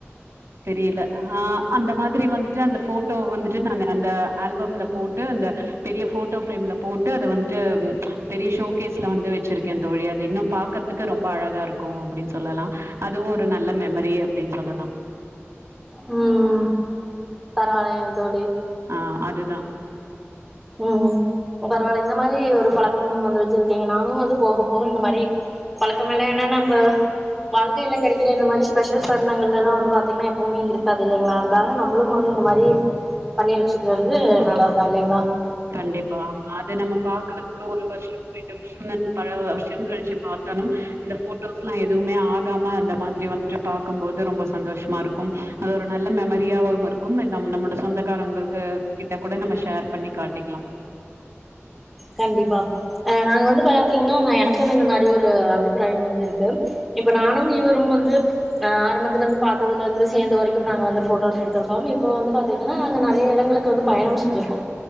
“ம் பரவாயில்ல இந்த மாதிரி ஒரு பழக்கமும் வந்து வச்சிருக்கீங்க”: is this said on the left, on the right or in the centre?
Centre